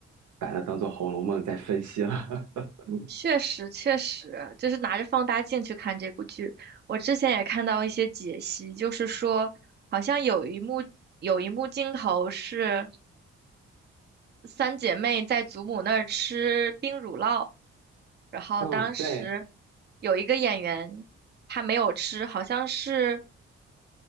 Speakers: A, on the right; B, on the right.
A: 把它当做《红楼梦》在分析了。<laughs>
B: 确实，确实，就是拿着放大镜去看这部剧。我之前也看到一些解析，就是说，好像有一幕有一幕镜头是三姐妹在祖母那儿吃冰乳酪，然后当时
A: 嗯，对，
B: 有一个演员他没有吃，好像是